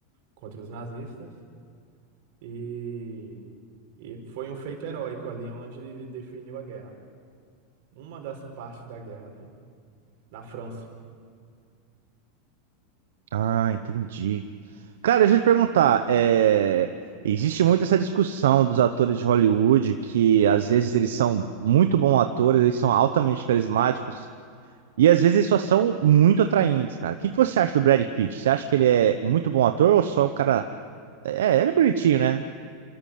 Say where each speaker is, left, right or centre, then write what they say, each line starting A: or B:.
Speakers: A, on the right (about 65°); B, on the right (about 85°).
A: contra os nazistas e e foi um feito heróico ali onde ele definiu a guerra. Uma das partes da guerra, né? Na França.
B: Ah, entendi. Cara, deixa eu te perguntar, é, existe muito essa discussão dos atores de Hollywood que às vezes eles são muito bons atores, eles são altamente carismáticos e às vezes eles só são muito atraentes, cara. O que que você acha do Brad Pitt? Você acha que ele é muito bom ator ou só o cara... É, ele é bonitinho, né?